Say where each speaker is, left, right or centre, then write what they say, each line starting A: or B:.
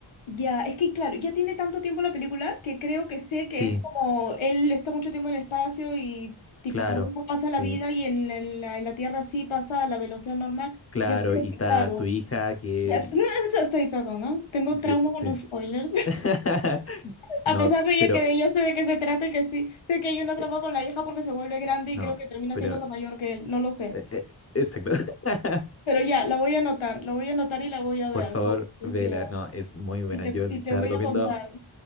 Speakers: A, on the left (about 80°); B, on the left (about 30°).
A: Ya, es que claro, ya tiene tanto tiempo la película que creo que sé
B: Sí,
A: que es como él está mucho tiempo en el espacio y tipo,
B: claro,
A: para él no pasa
B: sí,
A: la vida y en la, en la- en la Tierra sí pasa a la velocidad normal.
B: claro.
A: Ya sé
B: Y está
A: que claro.
B: su hija que...
A: Ya,
B: el-
A: <laughs> estoy, perdón, ¿ah? Tengo trauma
B: ye- sí.
A: con los spoilers. <laughs>
B: <laughs>
A: A
B: No,
A: pesar de ella
B: pero...
A: que de ella sé de qué se trata y que sí, sé que hay una trampa
B: eh,
A: con la hija porque se vuelve grande y
B: no,
A: creo que termina
B: pero...
A: siendo la mayor que él, no lo sé.
B: eh, eh, exacto. <laughs>
A: Pero ya, la voy a anotar, la voy a anotar y la voy a ver
B: Por favor,
A: con curiosidad.
B: vela. No, es muy buena.
A: Y te,
B: Yo
A: y te
B: se
A: voy
B: la recomiendo
A: a contar.